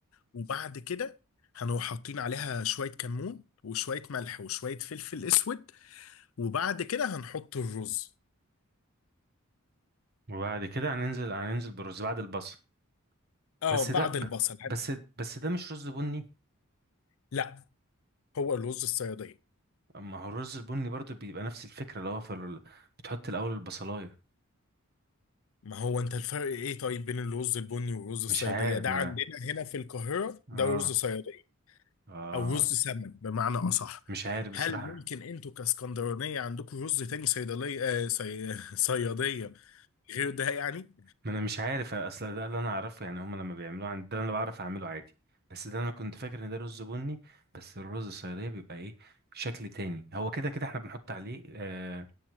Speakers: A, on the left (about 65°); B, on the right (about 45°).
A: وبعد كده هنروح حاطين عليها شوية كمون وشوية ملح وشوية فلفل اسود وبعد كده هنحط الرز
B: وبعد كده هننزل هننزل بالرز بعد البصل
A: اه
B: بس ده
A: بعد
B: ب-
A: البصل هن-
B: بس بس ده مش رز بني
A: لا هو الرز الصيادية
B: ما هو الرز البني برضو بيبقى نفس الفكرة اللي هو في ال- بتحط الأول البصلاية
A: ما هو انت الفرق ايه طيب بين الرز البني والرز الصيادية
B: مش عارف
A: ده
B: ما
A: عندنا
B: أنا
A: هنا في القاهرة
B: آه
A: ده رز صيادية
B: آه
A: او رز سمن بمعنى اصح
B: مش عارف بصراحة
A: هل ممكن انتوا كاسكندرانية عندكم رز تاني صيدلية آه صي... <laughs> صيادية غير ده يعني
B: ما أنا مش عارف أصل ده اللي أنا أعرفه يعني هما لما بيعملوه عندي ده أنا بعرف أعمله عادي بس ده أنا كنت فاكر إن ده رز بني بس الرز الصيادية بيبقى إيه شكل تاني هو كده كده إحنا بنحط عليه آه